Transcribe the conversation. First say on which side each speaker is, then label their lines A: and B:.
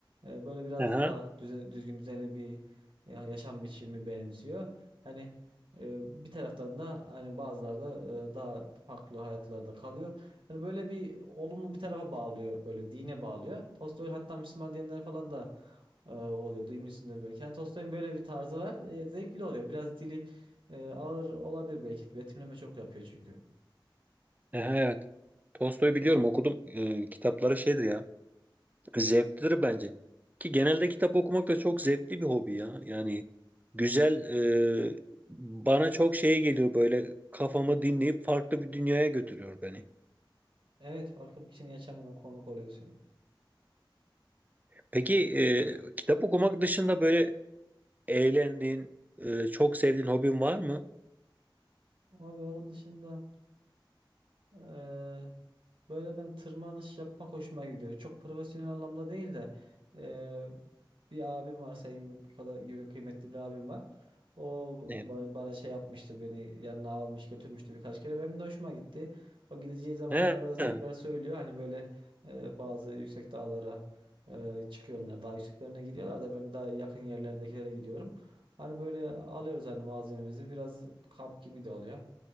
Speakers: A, on the right (about 75°); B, on the right (about 20°).
A: E, böyle biraz
B: Aha.
A: daha düze- düzgün düzenli bir e, yaşam biçimi benimsiyor. Hani ee, bir taraftan da hani bazıları da e, daha farklı hayatlarda kalıyor. Hani böyle bir olumlu bir tarafa bağlıyor böyle dine bağlıyor. Tolstoy'un hatta Müslüman diyenler falan da e, oluyor. Duymuşsundur belki. Yani Tolstoy'un böyle bir tarzı var. E, zevkli oluyor. Biraz dili e, ağır olabilir belki. Betimleme çok yapıyor çünkü.
B: Aha, evet. Tolstoy'u biliyorum okudum. Ee, kitapları şeydir ya. Zevklidir bence. Ki genelde kitap okumak da çok zevkli bir hobi ya. Yani güzel e, bana çok şeye geliyor böyle kafamı dinleyip farklı bir dünyaya götürüyor beni.
A: Evet farklı bir kişinin yaşamına konuk oluyorsun.
B: Peki e, kitap okumak dışında böyle eğlendiğin, e, çok sevdiğin hobin var mı?
A: Abi onun dışında Eee, böyle ben tırmanış yapmak hoşuma gidiyor. Çok profesyonel anlamda değil de eee, bir abim var senin kadar gibi kıymetli bir abim var. O
B: Ne?
A: ba- bana şey yapmıştı beni yanına almış götürmüştü birkaç kere. Benim de hoşuma gitti. O gideceği zamanlarda
B: Ha,
A: da tekrar
B: ha,
A: söylüyor. Hani böyle eee, bazı yüksek dağlara eee çıkıyor onlar. Daha yükseklerine gidiyorlar da ben daha yakın yerlerdekilere gidiyorum. Hani böyle alıyoruz hani malzememizi. Biraz kamp gibi de oluyor.